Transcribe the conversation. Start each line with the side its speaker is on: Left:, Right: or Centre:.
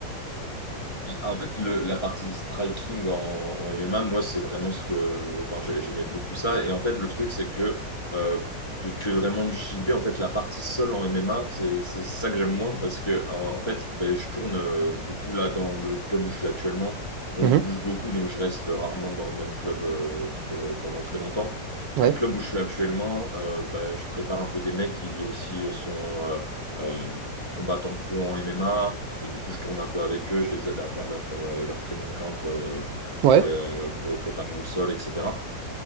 Left: Ah, En fait, le, la partie striking en, en MMA, moi, c'est vraiment ce que. Enfin, j'ai- j'aimais beaucoup ça. Et en fait, le truc, c'est que euh, depuis vraiment le JB, en fait, la partie sol en MMA, c'est c'est ça que j'aime moins parce que, en, en fait, ben, je tourne euh, beaucoup là dans le club où je suis actuellement. Bon,
Right: Mhm.
Left: je bouge beaucoup, donc je reste rarement dans le même club euh, tr- euh, pendant très longtemps.
Right: Ouais,
Left: Mais le club où je suis actuellement, euh, ben, je prépare un peu des mecs qui aussi sont euh, euh, combattants pro en MMA. Et du coup, je tourne un peu avec eux, je les aide à faire leur, euh, leur training camp euh,
Right: ouais,
Left: pour les, euh, pour les préparer au sol, etc.